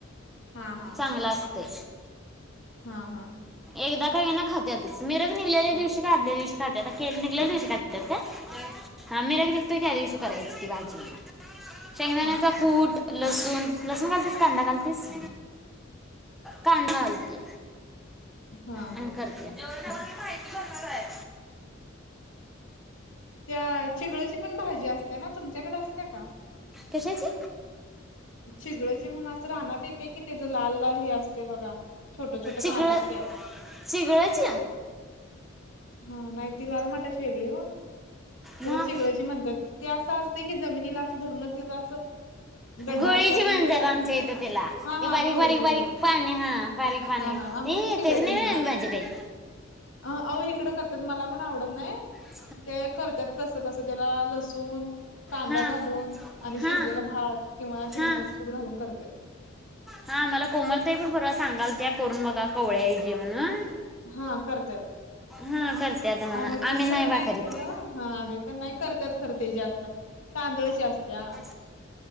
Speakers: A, on the left; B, in the centre.
A: हा हा
B: चांगलं असते
A: हा हा
B: एकदा का ये ना खाततच मी रग निघलेल्या
A: खात्यात
B: दिवशी का आदल्या दिवशी निघल्याल्या दिवशी खातात का हा मी लग निघतोय त्या दिवशी करायची ती भाजी शेंगदाण्याचा
A: हा हा
B: कूट लस तून लसूण घालतीस कांदा घालतीस कांदा घालती
A: हा
B: आणिन
A: हा
B: करतया हम्
A: त्या चिगळची पण भाजी असते ना तुमच्याकडे असते्या का
B: कसेची
A: चिगडची म्हून असं राहना येते कि त्याच लाल लाल हे असते बघा छोटे छोटे
B: सिगळ
A: पानं असत्यात
B: सिगळ्याच्या
A: हा नाही ती लाल मटाची वेगळी व त्याला
B: मग
A: चिगळची म्हणतात ती असं अस ते की जमिनीला असं धर्मतें असं गड्डा
B: गोळीची
A: असल्यावर
B: म्हणतात
A: म्हणजे
B: आमच्या इथे तिला
A: हा
B: ती
A: हा
B: बारीक
A: घोळीची
B: बारीक बारीक
A: घोळीची
B: पाणी हा बारीक पाणी
A: हा हा आमच्या
B: ते
A: इथे चिगळाची
B: तेच नाही
A: म्हणतात
B: ना
A: त्याला.
B: भाजेत
A: अ अहो इकडं करतात मला पण आवडत नाही.
B: ह
A: ते करतात कस कस त्याला लसून कांदा
B: हा
A: घालून आणि शिजलेला
B: हा
A: हात किंवा शेंगदाणेच
B: हा
A: कूड घालून करते
B: हा मला कोमलताही पण बरं सांगाल त्या करून बघा कवळ्याऐजी म्हणून
A: हा करते
B: हा करते आता म्हणा
A: आम्ही पण कधी
B: बाकरीत
A: नाही केलं हा आम्ही पण नाही करतत करते जास्त तांदळाची असत्या
B: ह